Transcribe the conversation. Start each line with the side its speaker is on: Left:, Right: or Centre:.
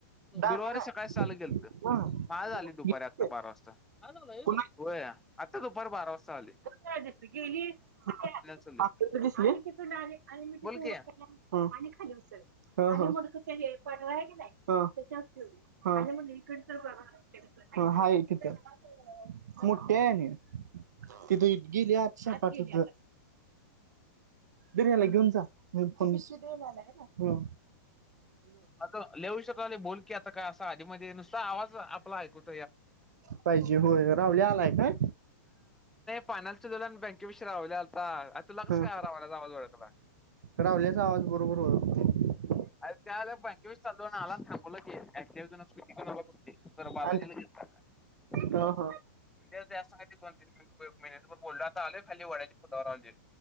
Right: दामिन
Centre: गुरुवारी
Right: आहे
Centre: सकाळी सहा ला गेलत
Right: हा.
Centre: मग आज आलेत दुपारी
Right: इतके.
Centre: आत्ता बारा वाजता! होय
Right: पुन्हा
Centre: आता दुपारी बार वास्ता आलोय!
Right: त्या दिवशी गेली आत्ता
Centre: चाललोय
Right: ती दिसली आली म्हणजे
Centre: बोल
Right: हम्म!
Centre: की
Right: हां हां हां हां हां हाय तिथं मोठी आहे आणि तिथं! गेली आत सपाट संग दन्याला घेऊन जा फोन हम्म!
Centre: हॅलो लई उशीर झाल बोल! बघ की ता आधी मध्ये नुसता आवाज आपला ऐकून!
Right: पाहिजे होय राहुल्या आलाय का?
Centre: फायनालच्या दलान बँके पिशी राहुल्या आलता! तुला कसं
Right: हां
Centre: काय रावल्याचा आवाज ओळखला
Right: रावल्याचा आवाज बरोबर ओळखतोय!
Centre: अरे त्या आलेत बँकेपाशी चालव आला थांब! बोला की <unintelligible> बालाजी
Right: आणि
Centre: ला घेलतसा
Right: ह
Centre: काय
Right: ह
Centre: ते आहे सांग दोन तीन - <unintelligible> कोल्हा आता आलय खाली वड्याच्या पुलावर आलोय.